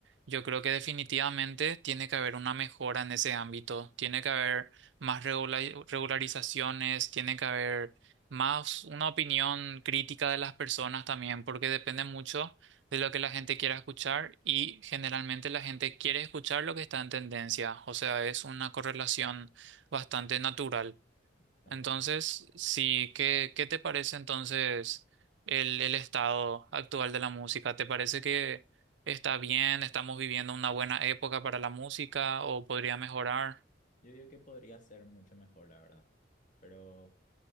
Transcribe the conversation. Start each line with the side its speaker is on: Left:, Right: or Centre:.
Right: yo creo que definitivamente tiene que haber una mejora en ese ámbito, tiene que haber más regula- regularizaciones, tiene que haber más una opinión crítica de las personas también, porque depende mucho de lo que la gente quiera escuchar y generalmente la gente quiere escuchar lo que está en tendencia, o sea, es una correlación bastante natural.
Left: Exactamente.
Right: Entonces, sí, ¿qué, qué te parece entonces el, el estado actual de la música? ¿Te parece que está bien, estamos viviendo una buena época para la música o podría mejorar?
Left: Yo digo que podría ser mucho mejor, la verdad. Pero